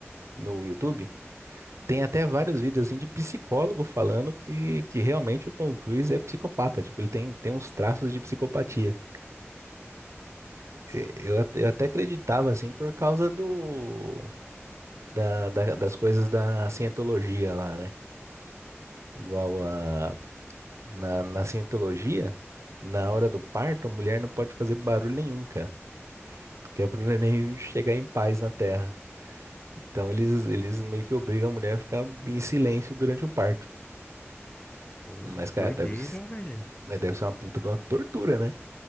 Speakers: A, on the right (about 80°); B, on the left (about 20°).
A: no YouTube. Tem até vários vídeos assim de psicólogo falando que, que realmente o Tom Cruise é psicopata. Tipo, ele tem, tem uns traços de psicopatia. E- Eu, até- eu até acreditava assim por causa do da, da- das coisas da cientologia lá, né? Igual a, na, na cientologia, na hora do parto, a mulher não pode fazer barulho nenhum, cara. Que é pro neném chegar em paz na terra. Então eles, eles meio que obrigam a mulher a ficar em silêncio durante o parto.
B: Pô,
A: Mas, cara,
B: doideira,
A: deve, s-
B: velho.
A: mas deve ser uma puta de uma tortura, né?